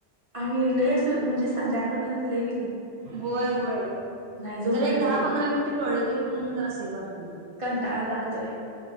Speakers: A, on the right (about 30°); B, on the right (about 80°).
A: आणि लय असं म्हणजे संध्याकाळपर्यंत लई
B: होय होय
A: झोपलं
B: जर एक दहा
A: की
B: पंधरा मिनट लढलं तरी पण जरा असे वाटतील
A: टाळा जातोय